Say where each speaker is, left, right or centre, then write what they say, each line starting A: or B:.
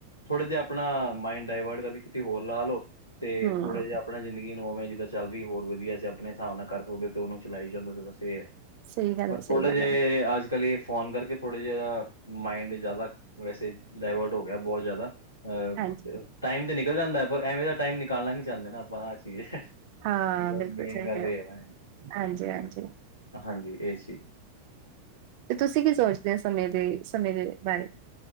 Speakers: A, on the left; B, on the right.
A: ਥੋੜੇ ਜਾ ਆਪਣਾ ਮਾਇੰਡ, ਡਾਇਵਰਟ ਕਰਕੇ ਕਿਤੇ ਹੋਰ ਲਾ ਲਓ। ਤੇ
B: ਹੂੰ।
A: ਥੋੜੇ ਜਿ ਆਪਣਾ ਜ਼ਿੰਦਗੀ ਨੂੰ ਉਵੇਂ ਜਿੱਦਾਂ ਚੱਲਦੀ, ਹੋਰ ਵਧੀਆ ਚ ਆਪਣੇ ਹਿਸਾਬ ਨਾਲ ਕਰ ਸਕਦੇ ਹੋ। ਤੇ ਉਹਨੂੰ ਚਲਾਈ ਜਾਂਓ ਬਸ ਇਹ ਆ।
B: ਸਹੀ ਗੱਲ
A: ਬਸ
B: ਹੈ,
A: ਥੋੜਾ
B: ਸਹੀ ਗੱਲ
A: ਜੇ
B: ਹੈ
A: ਅੱਜ ਕੱਲ, ਇਹ ਫੋਨ ਕਰਕੇ ਥੋੜਾ ਜਿਹਾ ਮਾਇੰਡ ਜ਼ਿਆਦਾ ਵੈਸੇ ਡਾਇਵਰਟ, ਹੋ ਗਿਆ ਬਹੁਤ ਜ਼ਿਆਦਾ, ਅਹ
B: ਹਾਂਜੀ
A: ਟਾਈਮ ਤੇ ਨਿਕਲ ਜਾਂਦਾ, ਪਰ ਐਵੇਂ ਦਾ ਟਾਈਮ ਨਿਕਾਲਣਾ ਨੀ, ਚਾਹੁੰਦੇ ਨਾ ਆਪਾਂ ਆਹ ਚੀਜ਼ ਐ।
B: ਹਾਂ
A: ਮਤਲਬ
B: ਬਿਲਕੁਲ
A: ਮੇਨ
B: ਸਹੀ
A: ਗੱਲ ਇਹ
B: ਹੈ
A: ਐ,
B: ਹਾਂਜੀ, ਹਾਂਜੀ।
A: ਹਾਂਜੀ ਇਹ ਚੀ।
B: ਤੇ ਤੁਸੀਂ ਕੀ ਸੋਚਦੇ ਹੋ, ਸਮੇਂ ਦੇ- ਸਮੇਂ ਦੇ ਬਾਰੇ?